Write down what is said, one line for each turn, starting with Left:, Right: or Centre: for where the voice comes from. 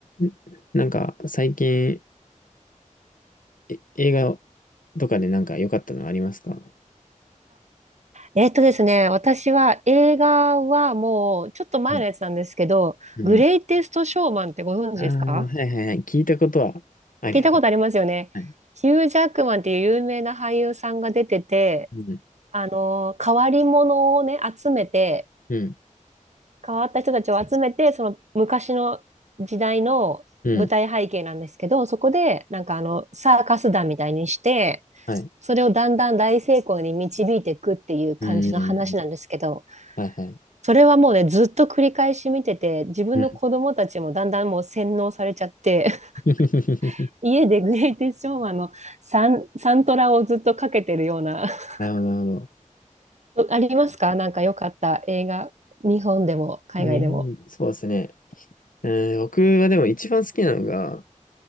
Left: んなんか、最近、え映画とかでなんか良かったのありますか
Right: えっとですね、私は映画はもうちょっと前のやつなんですけど、
Left: うん。うん。
Right: グレイテスト・ショーマンってご存知ですか
Left: ああ、はいはいはい。聞いたことはあります。
Right: 聞いたことありますよね。
Left: はい。
Right: ヒュー・ジャックマンっていう有名な俳優さんが出てて、
Left: うん。
Right: あの、変わり者をね、集めて、
Left: うん。
Right: 変わった人たちを集めて、その昔の時代の舞台背景なんですけど、
Left: うん。
Right: そこでなんかあのサーカス団みたいにして、
Left: はい。
Right: それをだんだん大成功に導いていくっていう感じの話なんですけど、
Left: うん。はいはい。
Right: それはもうね、ずっと繰り返し見てて、自分の子供たちもだんだんもう洗脳されちゃって、
Left: うん。
Right: <laughs>
Left: <laughs>
Right: 家でグレイテストショーマンのサン、サントラをずっとかけてるような。<laughs>
Left: なるほど、なるほど。
Right: ありますかなんか良かった映画。日本でも海外でも。
Left: 日本、そうですね。うん、僕はでも一番好きなのが、